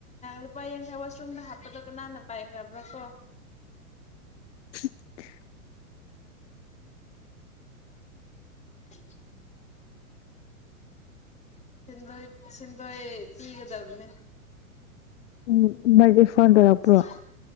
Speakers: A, on the left; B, on the left.
A: ꯂꯨꯄꯥ ꯌꯥꯡꯈꯩ ꯋꯥꯁꯔꯨꯝꯗ ꯍꯥꯞꯄꯗꯣ ꯀꯅꯥꯅ ꯄꯥꯏꯈ꯭ꯔꯕ꯭ꯔꯥ ꯀ
B: <inaudible>
A: ꯐ ꯁꯤꯟꯗꯣꯏ ꯁꯤꯟꯗꯣꯏ ꯄꯤꯒꯗꯕꯅꯦ
B: ꯎꯝ ꯃꯥꯗꯤ ꯐꯣꯟ ꯇꯧꯔꯛꯄ꯭ꯔꯣ
A: ꯁꯨ